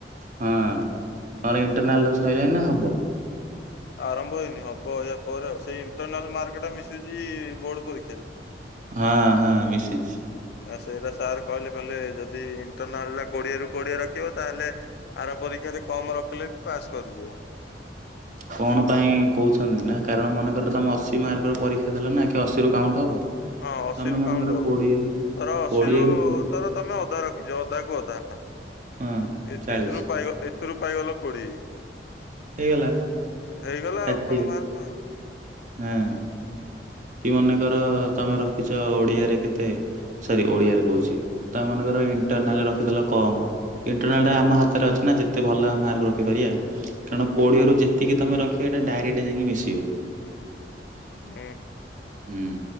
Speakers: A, on the right; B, on the left.
A: ହଁ ତମର ଇଣ୍ଟରନାଲ ସରିଲ ନା ହବ?
B: ଆରମ୍ଭ ହେଇନି ହବ ଏଆ ପରେ ଆଉ ସେଇ ଇଣ୍ଟରନାଲ ମାର୍କ ଟା ମିଶୁଚି ବୋର୍ଡ ପରୀକ୍ଷାରେ।
A: ହଁଆ ହଁଆ ମିଶିଛି।
B: ସେଇଟା ସାର୍ କହିଲେ କହଲେ ଯଦି ଇଣ୍ଟରନାଲ ଟା କୋଡିଏରୁୁ କୋଡିଏ ରଖିବ ତାହେଲେ ରେ କମ ରଖିଲେ ବି ପାସ୍ କରିଯିବ।
A: <inaudible> କଣ ପାଇଁ କହୁଛନ୍ତି ନା କାରଣ ମନେକର ତମେ ଅଶି ମାର୍କର ପରୀକ୍ଷା ଦେଲ ନା କି ଅଶିରୁ କାଉଣ୍ଟ ହବ
B: ହଁ ଅଶୀରୁ
A: ତମେ ମନେକର
B: କାଉଣ୍ଟୁ ହବ।
A: କୋଡିଏରୁ
B: ତର ଅଶୀରୁ
A: କୋଡିଏରୁ
B: ତର ତମେ ଅଧା ରଖିଛ ଅଧା କୁ ଅଧା
A: ହଁ
B: ଏଥିରୁ
A: ଚାଳିଶ
B: ଏଥିରୁ ପାଇଗଲ କୋଡିଏ
A: ହେଇଗଲା।
B: ହେଇଗଲା
A: ଷାଠିଏ
B: ଆଉ କଣ ମାର୍ କଣ।
A: ହଁ। କି ମନେକର ତମେ ରଖିଛ ଓଡିଆରେ କେତେ ସରି ଓଡିଆରେ କହୁଛି ତମେ ମନେକର ଇଣ୍ଟରନାଲ ରଖିଦେଲା କମ ଇଣ୍ଟରନାଲ ଟା ଆମ ହାତରେ ଅଛି ନା ଯେତେ ଭଲ ମାର୍କ ରଖିପାରିବା କାରଣ କୋଡିଏ ରରୁ ଯେତିକି ତମେ ରଖିବ ଡାଇରେକର୍ଡ ଯାଇକି ମିଶିବ।
B: ହୁଁ।
A: ହୁଁ